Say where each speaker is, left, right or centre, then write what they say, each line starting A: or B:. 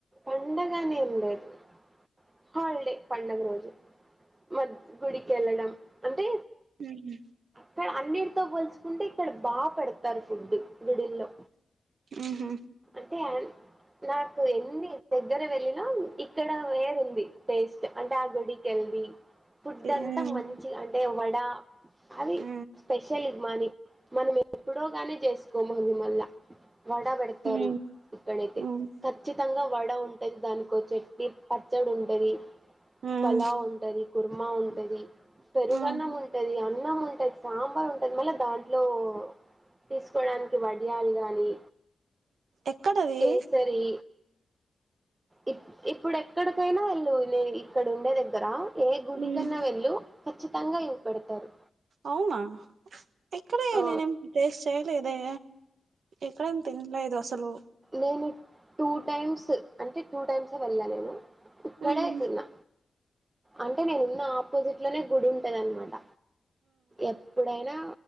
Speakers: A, on the right; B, on the right.
A: పండగనే ఉండదు హాలిడే పండగ రోజు మ గుడికెళ్ళడం అంటే
B: ఊహు
A: క్కడ అన్నిటితో పోల్చుకుంటే ఇక్కడ బా పెడతారు ఫుడ్డు గుడిల్లో
B: ఉహు
A: అంటే నాకు ఎన్ని దగ్గర వెళ్ళినా ఇక్కడ వేరు ఉంది టేస్ట్ అంటే ఆ గుడికెళ్ది ఫుడ్
B: ఉహు ఉమ్
A: అంతా మంచి అంటే వ నా అది
B: ఉమ్
A: స్పెషల్ ఇమ్మని మనం ఎప్పుడో గానే చేసుకోమని మల్ల వడా పెడతారు
B: ఉమ్
A: ఇక్కడైతే
B: ఉమ్
A: ఖచ్చితంగా వడ ఉంటది దానికోచ్చట్టి పచ్చడి ఉంటది
B: ఉమ్
A: పలా ఉంటది కుర్మా ఉంటది పెరుగన్నం
B: ఉమ్
A: ఉంటది అ అన్నం ఉంటాది సాంబార్ ఉంటుది మళ్ళా దాంట్లో తీసుకోడానికి వడియాలు గాని
B: ఎక్కడది
A: కేసరి ఇ ఇప్పుడు ఎక్కడికైనా వెల్లు న ఇక్కడ ఉండే దగ్గర ఏ గుడి
B: ఉమ్
A: కన్నా వెళ్ళు ఖచ్చితంగా ఇవ్వ పెడతారు
B: అవునా ఇక్కడే
A: ఆ
B: నేనేం టెస్ చేయలేదే ఎక్కడ ఏం తినలేదు అసలు
A: నేను టూ టైమ్స్ అంటే టూ టైమ్స్ ఏ వెళ్ళ నేను ఇక్కడే
B: ఉహు
A: తిన్నా అంటే నేను ఉన్న ఆపోజిట్లోనే గుడి ఉంటదినమాట ఎప్పుడైనా